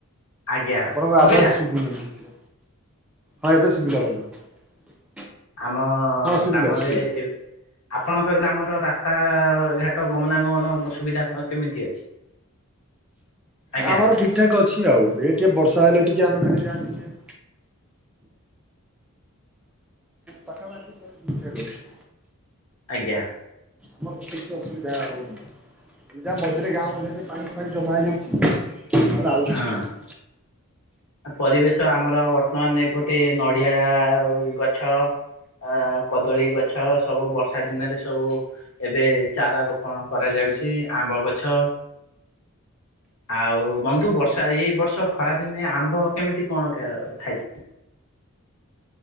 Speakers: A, on the left (about 80°); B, in the centre.
A: ଆଜ୍ଞା
B: ଆପଣଙ୍କ
A: ଶୁଭିଲା
B: ଆବାଜ ଶୁବୁନି କିଛି ହଁ ଏବେ ଶୁବିଲା ବନ୍ଧୁ।
A: ଆମ
B: ହଁ ଶୁଭିଲା
A: ଗ୍ରାମରେ
B: ଶୁଭିଲା।
A: ଏଇ ଆପଣଙ୍କ ଗ୍ରାମର ରାସ୍ତା ଘାଟ ଗମନାଗମନ ସୁବିଧା କେମିତି ଅଛି। ଆଜ୍ଞା
B: ଆମର ଠିକ୍। ଠିକ ଠାକ ଅଛି ଆଉ ଏ ଟିକେ ବର୍ଷା ହେଲେ ଟିକେ ଆମେ ଖାଲି ଯା ଟିକେ ଆଉ ପାଖାପାଖି ସବୁ ଠିକଠାକ୍ ଅଛି।
A: ଆଜ୍ଞା।
B: ଆମର ସେତେ କିଛି ଅସୁବିଧା ହଉନି। ଇରା ମଝିରେ ଗାଁ ମଝିରେ ପାଣି ଫାଣି ଜମା ହେଇଯାଉଚି ନହେଲେ ଆଉ କିଛି
A: ହଁ
B: ନାହିଁ।
A: ପରିବେଶ ଆମର ବର୍ତ୍ତମାନ ଏପଟେ ନଡିଆ ଗଛ ଆ କଦଳୀ ଗଛ ସବୁ ବର୍ଷା ଦିନରେ ସବୁ ଏବେ ଚାରା ରୋପଣ କରାଯାଉଛି ଆମ୍ବ ଗଛ ଆଉ ବନ୍ଧୁ ବର୍ଷା ଏଇ ବର୍ଷ ଖରାଦିନେ ଆମ୍ ମ୍ୱ କେମିତି କଣ ଖାଇଚନ୍ତି।